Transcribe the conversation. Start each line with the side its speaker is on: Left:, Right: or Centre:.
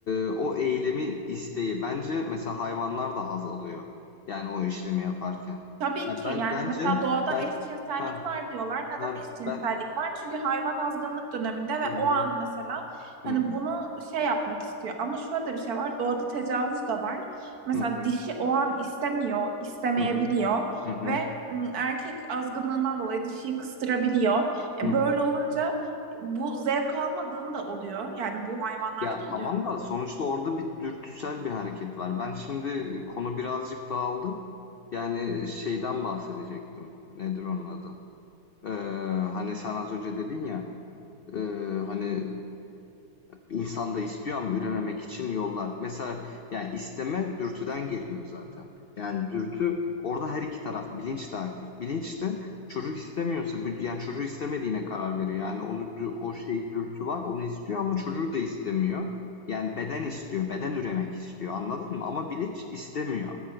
Left: o eylemin isteği. Bence mesela hayvanlar da haz alıyor. Yani o işlemi yaparken.
Right: Tabii
Left: Ya
Right: ki
Left: ben
Right: yani
Left: bence
Right: mesela doğada
Left: ben
Right: eşcinsellik
Left: ha
Right: var diyorlar. Neden
Left: ha
Right: eşcinsellik
Left: ben
Right: var? Çünkü hayvan azgınlık döneminde ve
Left: hı hı
Right: o an mesela
Left: hı
Right: hani bunu şey yapmak istiyor. Ama şöyle de bir şey var. Doğada tecavüz de var. Mesela
Left: hı hı
Right: dişi o an istemiyor, istemeyebiliyor
Left: hı hı hı hı
Right: ve ım, erkek azgınlığından dolayı dişiyi kıstırabiliyor. E,
Left: hı hı.
Right: böyle olunca bu zevk almadığını da oluyor. Yani bu hayvanlarda
Left: Ya
Right: da oluyor.
Left: tamam da sonuçta orada bir dürtüsel bir hareket var. Ben şimdi konu birazcık dağıldı. Yani şeyden bahsedecektim. Nedir onun adı? Ee, hani sen az önce dedin ya e, hani insan da istiyor ama ürememek için yollar. Mesela yani isteme dürtüden geliyor zaten. Yani dürtü orada her iki taraf bilinç de aktif. Bilinç de çocuk istemiyorsa yani çocuğu istemediğine karar veriyor. Yani onu o şeyi dürtü var onu istiyor ama çocuğu da istemiyor. Yani beden istiyor, beden üremek istiyor. Anladın mı? Ama bilinç istemiyor.